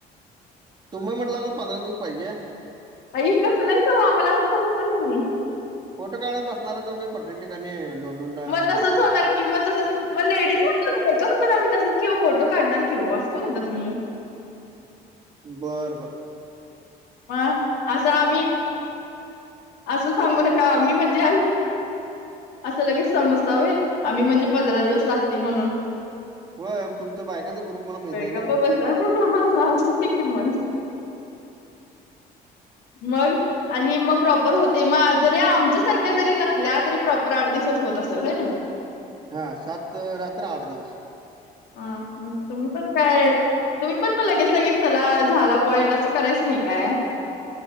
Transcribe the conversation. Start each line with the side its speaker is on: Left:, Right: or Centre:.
Right: तुम्ही म्हटलं तर पंधरा दिवस पाहिजे.
Left: आई कसं नाहीयचं आम्हाला असं समजतय तुम्ही.
Right: फोटो काढत बसणार तुमी पप्रत्येक ठिकाणी दोन दोन तास
Left: मग तसच
Right: आणि
Left: होणार की मग तसं मग लेडीज म्हटक होणार आम्ही तसंच किंवा फोटो काढणार. केव्हासं का म्हणता तुम्ही?
Right: बर बर
Left: मग असा आम्ही असं सांगू नका मी म्हणजे असं लगेच समजतावय आम्ही म्हणजे पंधरा दिवस लागतेय म्हणून
Right: होय तुमचा बायकांचा ग्रुप मला माहित
Left: बाई
Right: आहे ना.
Left: <unintelligible> मग आणि मग प्रॉपर होते मग जरी आमच्या सारख्या जरी नसल्या तरी प्रॉपर आठ दिवसात होत असेल हो ना मग?
Right: हा सात रात्र आठ दिवस.
Left: ह तुम्ही पण काय तुम्ही पण पण लगेच लगेच चला झाला पॉईंट असं करायच नाही काय?